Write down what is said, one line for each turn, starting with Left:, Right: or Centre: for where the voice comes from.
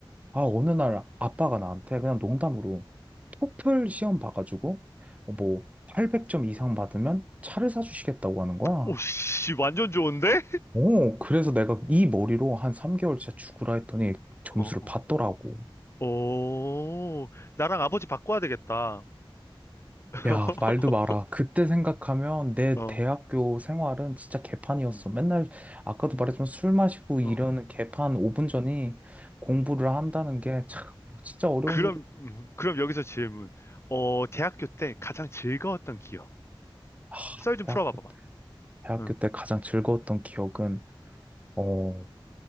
Right: 아 어느 날 아빠가 나한테 그냥 농담으로 토플 시험 봐가지고 뭐 800점 이상 받으면 차를 사주시겠다고 하는 거야.
Left: 오씨, 완전 좋은데?
Right: 오, 그래서 내가 이 머리로 한 3개월 진짜 죽으라 했더니 점수를
Left: 어, 어.
Right: 받더라고.
Left: 오, 나랑 아버지 바꿔야 되겠다. <laughs>
Right: 야, 말도 마라. 그때 생각하면 내
Left: 어,
Right: 대학교 생활은 진짜 개판이었어.
Left: 음,
Right: 맨날 아까도 말했지만 술 마시고 이러는
Left: 어.
Right: 개판 5분 전이 공부를 한다는 게 참 진짜 어려운
Left: 그럼,
Right: 일이.
Left: 음, 그럼 여기서 질문. 어, 대학교 때 가장 즐거웠던 기억.
Right: 아,
Left: 썰 좀
Right: 대학교
Left: 풀어봐봐봐.
Right: 때, 대학교
Left: 응.
Right: 때 가장 즐거웠던 기억은 어,